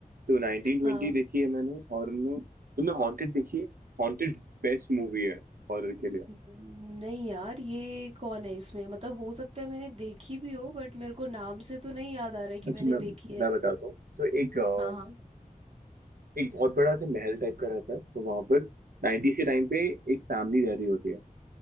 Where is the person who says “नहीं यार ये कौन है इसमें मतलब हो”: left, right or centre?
Right